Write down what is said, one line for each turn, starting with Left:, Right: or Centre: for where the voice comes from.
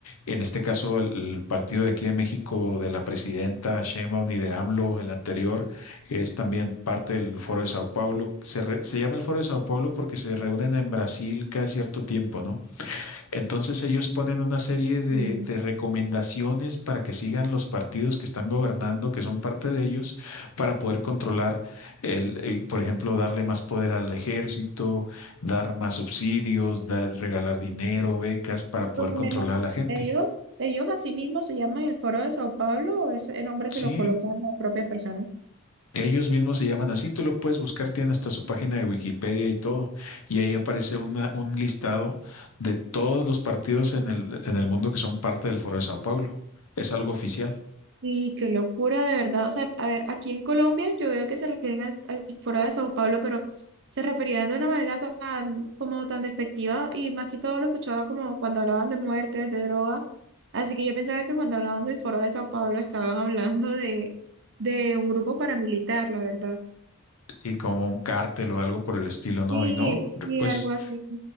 Left: en este caso el, el partido de aquí de México, de la presidenta Sheinbaum y de AMLO, el anterior, es también parte del Foro de Sao Paulo, se, re- se llama el Foro de Sao Paulo porque se reúnen en Brasil cada cierto tiempo, ¿no? Entonces ellos ponen una serie de,
Right: Mm.
Left: de recomendaciones para que sigan los partidos que están gobernando, que son parte de ellos, para poder controlar, el, eh, por ejemplo, darle más poder al ejército, dar más subsidios, dar, regalar dinero, becas, para poder
Right: Por lo
Left: controlar
Right: menos
Left: a la gente.
Right: ellos, ellos así mismo se llaman el Foro de Sao Paulo, o ese nombre
Left: Sí,
Right: se lo colocan las propias personas.
Left: ellos mismos se llaman así, tú lo puedes buscar, tienen hasta su página de Wikipedia y todo, y ahí aparece una, un listado de todos los partidos en el, en el mundo que son parte del Foro de Sao Paulo. Es algo oficial.
Right: Sí, qué locura, de verdad. O sea, a ver, aquí en Colombia yo veo que se refieren al, al Foro de Sao Paulo, pero se referían de una manera tan, como tan despectiva y más que todo lo escuchaba como cuando hablaban de muertes, de drogas. Así que yo pensaba que cuando hablaban del foro de Sao Paulo estaban hablando de, de un grupo paramilitar, la verdad.
Left: Sí, como un cártel o algo por el estilo, ¿no?
Right: Sí,
Left: Y no,
Right: sí,
Left: pues
Right: algo así.